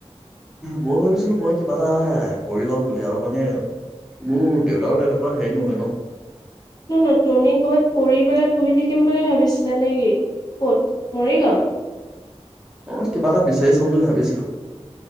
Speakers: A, in the centre; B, on the left.
A: মই ভাবিছিলোঁ মই কিবা এটা কৰি ল'ম বুলি আৰু মানে মোৰ দেউতাৰো তেনেকুৱা হেৰি নহয় ন
B: ত ন তুমি কৰ'বাত কৰি পেলাই পঢ়ি থাকিম বুলি ভাবিছিলা নেকি ক'ত মৰিগাঁৱত
A: অ কিবা এটা বিচাৰি চাম বুলি ভাবিছিলো